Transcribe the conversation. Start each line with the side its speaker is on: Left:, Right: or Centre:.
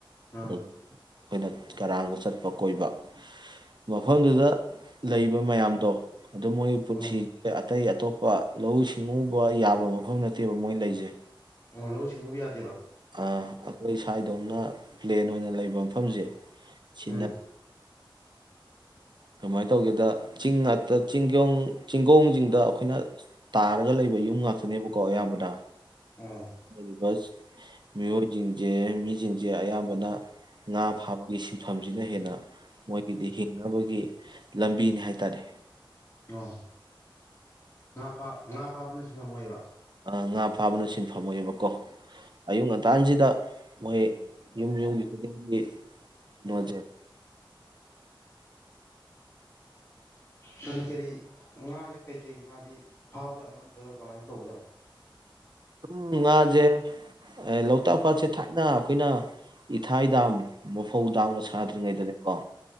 Left: ꯑꯥ
Right: ꯑꯗꯨꯗ ꯑꯩꯈꯣꯏꯅ ꯀꯔꯥꯡꯗ ꯆꯠꯄ ꯀꯣꯏꯕ ꯃꯐꯝꯗꯨꯗ ꯂꯩꯕ ꯃꯌꯥꯝꯗꯣ ꯑꯗꯨ ꯃꯣꯏꯒꯤ ꯄꯨꯟꯁꯤꯁꯦ
Left: ꯑꯣ
Right: ꯑꯇꯩ ꯑꯇꯣꯞꯄ ꯂꯧꯎ ꯁꯤꯡꯎꯕ ꯌꯥꯕ ꯃꯐꯝ ꯅꯠꯇꯦꯕ ꯃꯣꯏ ꯂꯩꯖꯦ
Left: ꯑꯣ ꯂꯧꯎ ꯁꯤꯡꯎꯕ ꯌꯥꯗꯦꯕ
Right: ꯑꯥ ꯑꯩꯈꯣꯏ ꯁꯥꯏꯗꯧꯅ ꯄ꯭ꯂꯦꯟ ꯑꯣꯏꯅ ꯂꯩꯕ ꯃꯐꯝꯖꯦ ꯁꯤꯟꯅ
Left: ꯎꯝ
Right: ꯀꯃꯥꯏꯅ ꯇꯧꯒꯦꯗ ꯆꯤꯡ ꯉꯥꯛꯇ ꯆꯤꯡꯒꯣꯡ ꯆꯤꯡꯒꯣꯡꯖꯤꯡꯗ ꯑꯩꯈꯣꯏꯅ ꯇꯥꯔꯒ ꯂꯩꯕ ꯌꯨꯝ ꯉꯥꯛꯇꯅꯦꯕꯀꯣ ꯑꯌꯥꯝꯕꯅ
Left: ꯑ
Right: ꯂꯩꯔꯤꯕ ꯃꯤꯑꯣꯏꯁꯤꯡꯁꯦ ꯃꯤꯁꯤꯡꯁꯦ ꯑꯌꯥꯝꯕꯅ ꯉꯥ ꯐꯥꯕꯒꯤ ꯁꯤꯟꯐꯝꯁꯤꯅ ꯍꯦꯟꯅ ꯃꯣꯏꯒꯤꯗꯤ ꯍꯤꯡꯅꯕꯒꯤ ꯂꯝꯕꯤꯅꯤ ꯍꯥꯏ ꯇꯥꯔꯦ
Left: ꯑꯥ ꯉꯥ ꯐ ꯉꯥ ꯐꯥꯕꯅ ꯁꯤꯟꯐꯝꯦ ꯑꯣꯏꯕ
Right: ꯑꯥ ꯉꯥ ꯐꯥꯕꯅ ꯁꯤꯟꯐꯝ ꯑꯣꯏꯌꯦꯕꯀꯣ ꯑꯌꯨꯛ ꯉꯟꯇꯥꯥꯟꯁꯤꯗ ꯃꯣꯏ ꯌꯨꯝ ꯌꯨꯝꯒꯤ ꯈꯨꯗꯤꯡꯒꯤ ꯅꯣꯟꯖ
Left: ꯀꯔꯤ ꯀꯔꯤ ꯉꯥꯖꯦ ꯀꯩꯀꯩ ꯉꯥꯗꯤ ꯐꯥꯕꯖꯥꯠꯅꯣ ꯅꯠꯇ꯭ꯔꯒ ꯀꯃꯥꯏꯅ ꯇꯧꯕꯖꯥꯠꯅꯣ
Right: ꯑꯗꯨꯝ ꯉꯥꯁꯦ ꯂꯣꯛꯇꯥꯛ ꯄꯥꯠꯁꯦ ꯊꯥꯏꯅ ꯑꯩꯈꯣꯏꯅ ꯏꯊꯥꯏ ꯗꯥꯝ ꯃꯐꯧ ꯗꯥꯝꯒ ꯁꯥꯗ꯭ꯔꯤꯉꯩꯗꯅꯦꯀꯣ